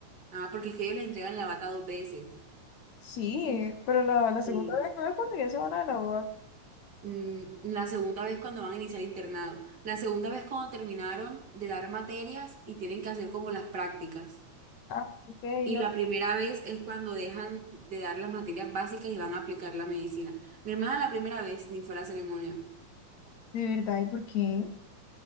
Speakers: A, on the right (about 30°); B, on the left (about 65°).
A: Ah, porque es que ellos les entregan la bata dos veces.
B: sí, pero la, la segunda
A: Y
B: vez no es cuando ya se van a graduar.
A: mm, la segunda vez cuando van a iniciar internado. La segunda vez cuando terminaron de dar materias y tienen que hacer como las prácticas.
B: Ah, ok,
A: Y
B: no.
A: la primera vez es cuando dejan de dar las materias básicas y van a aplicar la medicina. Mi hermana la primera vez ni fue a la ceremonia,
B: De verdad, ¿y por qué?